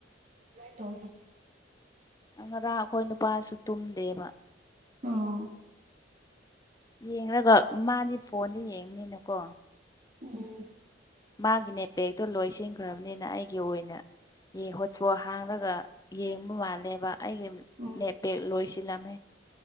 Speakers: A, on the right; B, on the left.
A: ꯇ
B: ꯉꯔꯥꯡ ꯑꯩꯈꯣꯏ ꯅꯨꯄꯥꯁꯨ ꯇꯨꯝꯗꯦꯕ
A: ꯑꯣ
B: ꯌꯦꯡꯒ ꯃꯥꯗꯤ ꯐꯣꯟꯗ ꯌꯦꯡꯕꯅꯤꯅꯀꯣ
A: ꯎꯝ
B: ꯃꯥꯒꯤꯅꯦꯄꯦꯛꯇꯣ ꯂꯣꯏꯁꯤꯟꯈ꯭ꯔꯕꯅꯤꯅ ꯑꯩꯒꯤ ꯑꯣꯏꯅꯣ ꯄꯣ ꯍꯥꯡꯂꯒ ꯌꯦꯡꯕ ꯃꯥꯜꯂꯦꯕ ꯑꯩꯒꯤ
A: ꯎꯝ
B: ꯅꯦꯄꯦꯛ ꯂꯣꯏꯁꯤꯜꯂꯝꯃꯦ